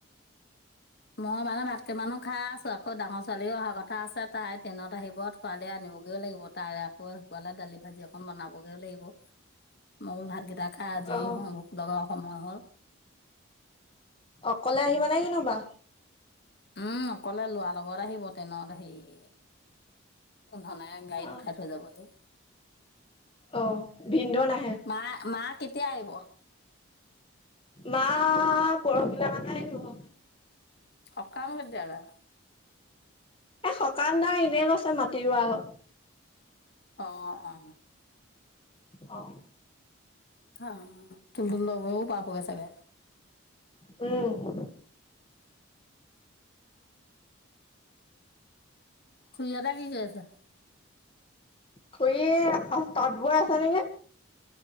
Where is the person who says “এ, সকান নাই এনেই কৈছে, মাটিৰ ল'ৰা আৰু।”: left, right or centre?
Left